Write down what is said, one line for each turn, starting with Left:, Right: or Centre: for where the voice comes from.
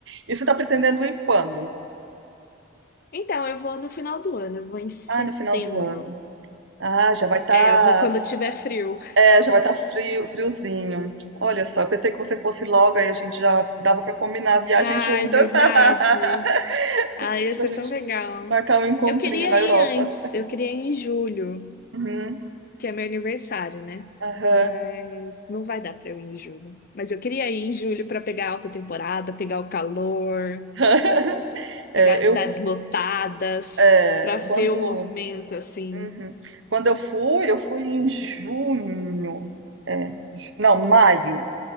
Right: E você está pretendendo ir quando?
Left: Então, eu vou no final do ano, eu vou em setembro.
Right: Ah, no final do ano. Ah, já vai estar,
Left: É, eu vou quando tiver frio.
Right: é, já vai estar frio, friozinho. Olha só, eu pensei que você fosse logo, aí a gente já dava para combinar a viagem
Left: Ai,
Right: juntas.
Left: verdade.
Right: <laughs>
Left: Ai, ia
Right: Pra
Left: ser
Right: gente
Left: tão legal.
Right: marcar um encontrinho
Left: Eu queria
Right: na
Left: ir
Right: Europa.
Left: antes, eu queria ir em julho,
Right: Uhum,
Left: que é meu aniversário, né?
Right: aham.
Left: Mas não vai dar para eu ir em julho. Mas eu queria ir em julho para pegar a alta temporada, pegar o calor.
Right: <laughs> É,
Left: pegar as cidades
Right: eu,
Left: lotadas
Right: é,
Left: pra ver
Right: quando,
Left: o movimento assim.
Right: uhum. Quando eu fui, eu fui em junho. É, ju- não, maio.